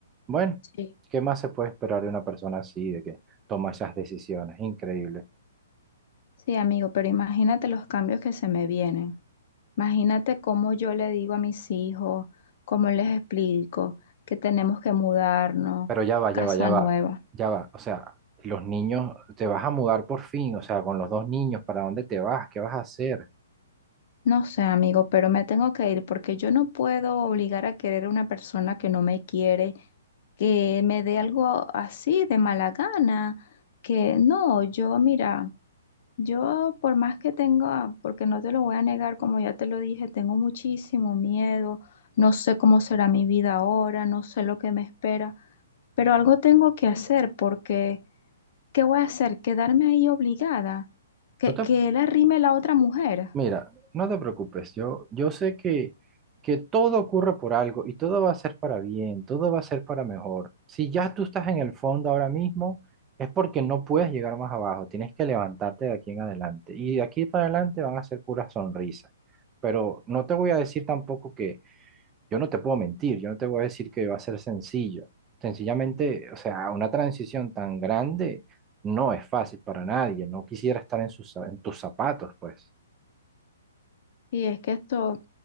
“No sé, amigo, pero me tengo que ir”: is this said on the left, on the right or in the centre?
Left